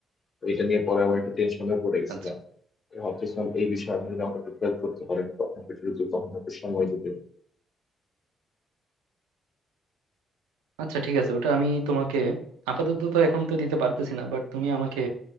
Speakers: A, on the left; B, on the right.
A: তো এটা নিয়ে পরে আমার একটু টেনশনে পড়ে গেছিলাম
B: আচ্ছা
A: তো ভাবতেছিলাম এই বিষয়ে আপনি যদি আমাকে একটু হেল্প করতে পারেন তো আমাকে একটু যদি কখনো একটু সময় দিতে
B: আচ্ছা ঠিক আছে ওটা আমি তোমাকে আপাতত তো এখন তো দিতে পারতেছি না বাট তুমি আমাকে